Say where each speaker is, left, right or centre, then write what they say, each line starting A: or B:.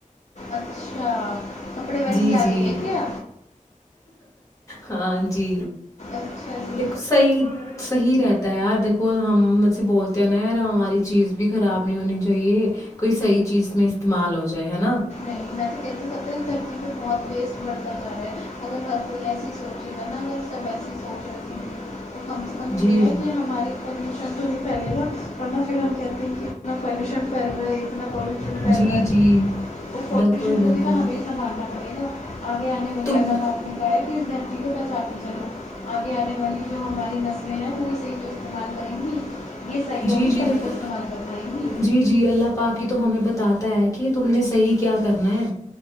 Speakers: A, on the left (about 55°); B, on the left (about 20°).
A: اچھا کپڑے والی
B: جی
A: آ
B: جی
A: گئی ہے کیا
B: ہاں جی
A: اچھا جی
B: دیک صحیح صحیح رہتا ہے یار دیکھو ہمھ سے بولتے ہیں نا یار ہماری چیز بھی خراب نہیں ہونی چاہیے کوئی صحیح چیز میں استعمال ہو جائے ہے نا
A: نہیں میں تو کہتی ہ ستا درتی پہ بہت بیس بڑھتا گا ہے اگر ہر کوئی ایسی سوچے گا نا اگر سب ایسی سوچ رکھیں گے تو کم سے کم
B: جی
A: یہ ہے
B: جی
A: کہ ہماری پلوشن تو نہیں پھیلے گا ورنہ پھر ہم کہتے اتنا پالوشن پھیل رہا ہے اتنا پالوشن پھیل
B: جی
A: رہا ہے
B: جی بالکل
A: کو
B: بالکل
A: بھی تو ہمیش سنھالنا پڑےا آگے آنے والے
B: تم
A: اللہ کااکپ نے کہا ہے کہ اس دن ٹی کو بچات کے چلو آگے آنے والی جو ہماری نسلیں ہیں وہی صحیح تو استعمال کریں گی یہ صحیح ہوگی
B: جی جی
A: تبھی
B: دیکھو
A: تو استعمال کر پائیں گی
B: جی جی اللہ پاک کی تو ہمیں بتاتے پتا ہے کہ تم نے صحیح کیا کرنا ہے